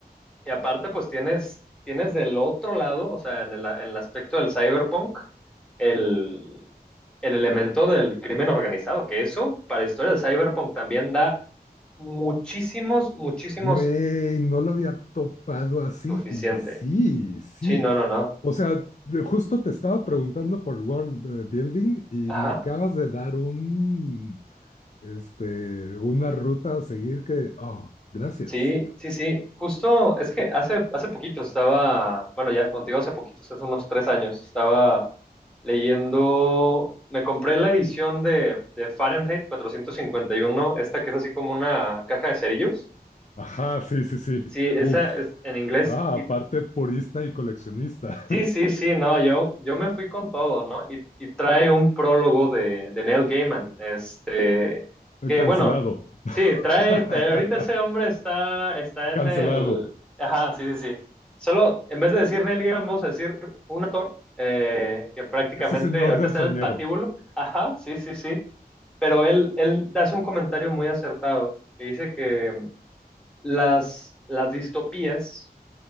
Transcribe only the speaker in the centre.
Y aparte, pues tienes, tienes del otro lado, o sea, en el, en el aspecto del cyberpunk, el, el elemento del crimen organizado, que eso para historia de cyberpunk también da muchísimos, muchísimos
suficiente.
Sí, no, no, no.
Ajá.
Sí, sí, sí. Justo, es que hace, hace poquito estaba, bueno, ya contigo hace poquito, hace unos tres años, estaba leyendo, me compré la edición de, de Fahrenheit cuatrocientos cincuenta y uno, esta que es así como una caja de cerillos.
Sí, esa
es en inglés,
Sí, sí, sí, no, yo, yo me fui con todo, ¿no? Y, y trae un prólogo de, de Neil Gaiman, este,
que
bueno, sí, trae,
te- ahorita ese hombre está, está en
el, ajá, sí, sí, sí, solo en vez de decir Neil Gaiman, vamos a decir un autor eh, que prácticamente
ahorita
está
en el patíbulo, ajá, sí, sí, sí, pero él, él hace un comentario muy acertado, que dice que las, las distopías